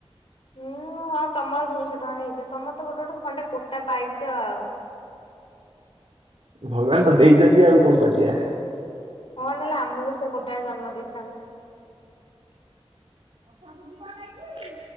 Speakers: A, on the left; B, on the right.
A: ହୁଁ ହଁ ତମର ଦୁଇଶହ ଟଙ୍କାରେ ହେଇଯିବ ତମର ତ ଗୋଟେ ଗୋଟେ ଖଣ୍ଡେ କୋ- ଟା ପାଇଛ ଆଉ।
B: ଭଗବାନ ତ ଦେଇଛନ୍ତି ଆଉ କଣ କରିବା।
A: ହଁ ନହେଲେ ଆମକୁ ସେ ଗୋଟାଏ ଜନ୍ମ ଦେଇଥାନ୍ତି।
B: କୁ ଯିବା ନାଇଁ କି?